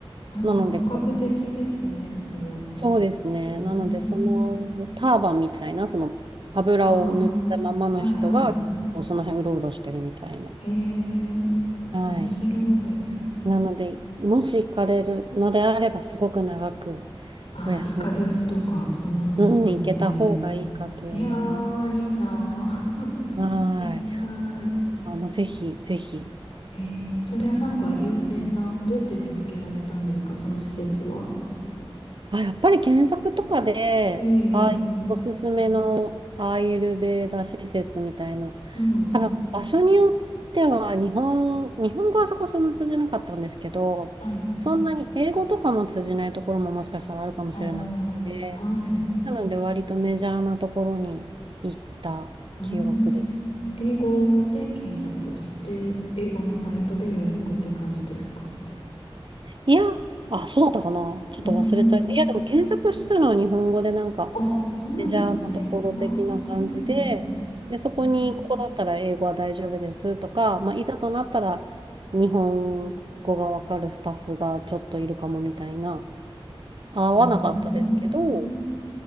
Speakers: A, on the left; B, on the right.
A: なんか本格的ですね。
B: なのでこう、
A: すごい。
B: そうですね。
A: うーん。
B: なのでそのターバンみたいな、その油を塗ったままの人が、
A: ああ。はいはい。
B: こうその辺うろうろしてるみたいな。
A: へえ。
B: はい。
A: 面白い。
B: なので、もし行かれるのであれば、すごく長く
A: ああ、
B: お休みを
A: 1ヶ月とか、そんなのですかね。
B: うん、行けた方がいいかと思います。
A: いやー、いいなー。
B: はい。
A: ってみたい。
B: あ、もうぜひ、ぜひ。
A: えー、それはなんか有名な、どうやって見つけられたんですか、その施設は。
B: あ、やっぱり検索とかで、
A: え
B: ああいうおすすめのアーユルベーダ施設みたいな、
A: えええうん。
B: 多分場所によっては、日本、日本語はそこそんな通じなかったんですけど、
A: はい。
B: そんなに英語とかも通じないところももしかしたらあるかもしれなくて、
A: ああ、はい。
B: なので割とメジャーなところに行った記憶です。
A: うーん。英語で検索して、英語のサイトで予約って感じですか。
B: いや、あ、そうだったかな。ちょっと忘れちゃい、
A: うーん。
B: いや、でも検索したのは日本語でなんか
A: あ、そうなんですね。
B: メジャーなところ的な感じで、
A: ああ、そうなんだ。
B: で、そこにここだったら英語は大丈夫ですとか、
A: うん。
B: まあ、いざとなったら日本語がわかるスタッフがちょっといるかもみたいな、合わなかったですけど、
A: うーん